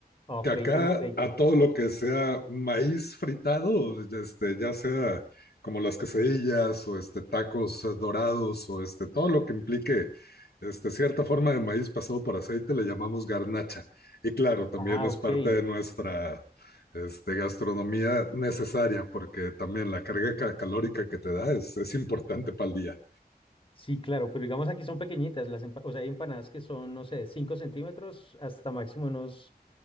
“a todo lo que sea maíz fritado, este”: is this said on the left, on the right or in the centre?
Left